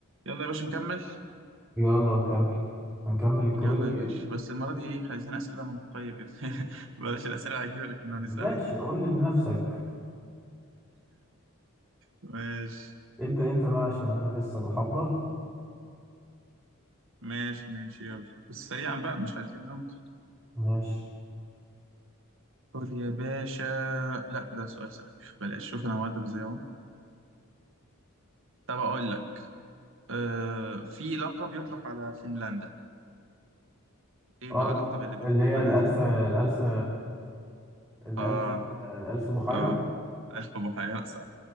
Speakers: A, on the right (about 65°); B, in the centre.
A: يلا يا باشا نكمل
B: يلا نكمل هنكمل الكويز
A: يلا
B: جيم
A: يا باشا بس المرة دي ايه عايزين أسئلة منطقية كده <laughs> بلاش الأسئلة العجيبة اللي كنا بنسألها
B: ماشي
A: دي
B: قول لي لنفسك
A: ماشي
B: ابدأ انت بقى عشان انا لسه بحضر
A: ماشي ماشي يلا بس سريعا بقى مش عايزين نمط
B: ماشي
A: خد يا باشا لا ده سؤال سخيف بلاش شوف انا مؤدب ازاي اهو طب اقول لك آه في لقب يطلق على فنلندا ايه
B: اه
A: بقى لقب اللي بيطلق
B: اللي هي
A: على
B: الألف
A: فنلندا
B: الألف الألف
A: اه
B: الألف بحيرة
A: اه ألف بحيرة صح